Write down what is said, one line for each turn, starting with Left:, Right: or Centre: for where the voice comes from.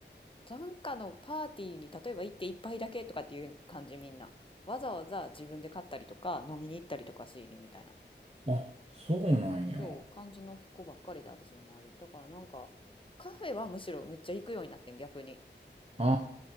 Left: なんかのパーティーに例えば行って一杯だけとかっていう感じみんな。わざわざ自分で買ったりとか飲みに行ったりとかしひんみたいな。
Right: あ、そうなんや。
Left: そう感じの子ばっかりで私の周り。だからなんかカフェはむしろめっちゃ行くようになってん逆に。
Right: あ